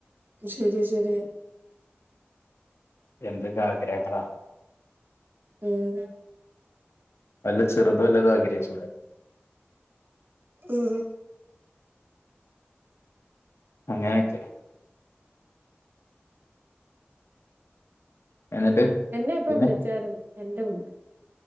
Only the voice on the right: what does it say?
ശരിയാ ശരിയാ
ഉം
ഉം
എന്നെ ഇപ്പ
വിളിച്ചാരുന്നു എന്റെറെ ബുധി